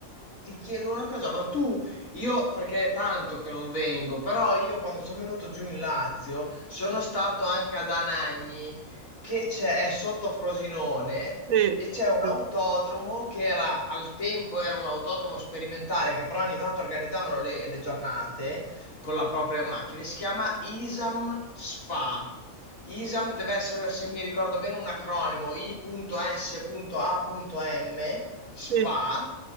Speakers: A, on the left; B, on the right.
A: ti chiedo una cosa, ma tu, io perché è tanto che non vengo, però io quando sono venuto giù in Lazio sono stato anche ad Anagni, che c'è, è sotto Frosinone
B: Sì,
A: e c'è un
B: sì.
A: autodromo che era al tempo era un autodromo sperimentale che però ogni tanto organizzavano le, le giornate con la propria macchina. Si chiama Isam Spa. ISAM deve essere, se mi ricordo bene, un acronimo I.S.A.M, SPA.
B: sì.